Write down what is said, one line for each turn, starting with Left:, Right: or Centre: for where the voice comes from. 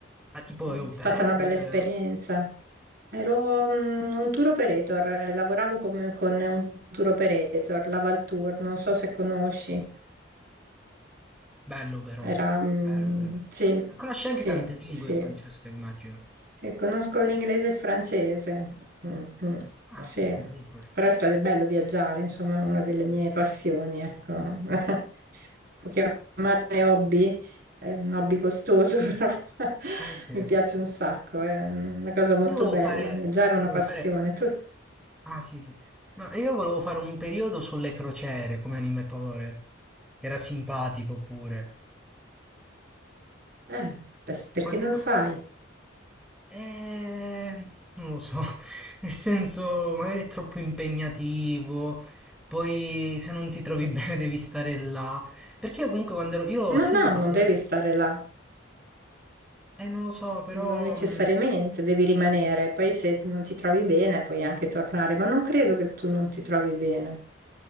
Centre: Ah, tipo
Right: È
Centre: au
Right: stata
Centre: pair,
Right: una bella
Centre: eh,
Right: esperienza. Ero mm, un tour operator, eh, lavoravo come- con un tour operator, la Valtour, non so se conosci.
Centre: Bello però,
Right: Era, mm,
Centre: bello bello.
Right: sì,
Centre: Ma conosci
Right: sì,
Centre: anche tante lingue,
Right: sì.
Centre: Francesca, immagino.
Right: Sì, conosco l'inglese e il francese. Mm, mm,
Centre: Ah,
Right: sì,
Centre: che comunque.
Right: però è stato bello viaggiare, insomma, è una delle mie passioni, ecco. <laughs> Si può chiamare hobby, è un hobby costoso, <laughs> però
Centre: Eh sì.
Right: mi
Centre: Io
Right: piace un sacco, è una cosa molto
Centre: volevo
Right: bella.
Centre: fare,
Right: Viaggiare
Centre: volevo
Right: è una passione.
Centre: fare...
Right: Tu,
Centre: Ah sì sì. No, io volevo fare un periodo sulle crociere come animatore. che Era simpatico pure.
Right: eh, beh, perché
Centre: Quando
Right: non
Centre: ero...
Right: lo fai?
Centre: Eh, non lo so, <laughs> nel senso magari è troppo impegnativo, poi se non ti trovi <laughs> bene devi stare là. Perché io comunque quando ero... Io ho sempre
Right: No, no,
Centre: fatto
Right: non devi
Centre: tante...
Right: stare là,
Centre: Eh, non lo so, però
Right: non necessariamente,
Centre: mh, il
Right: devi rimanere. Poi se non ti trovi bene puoi anche tornare, ma non credo che tu non ti trovi bene.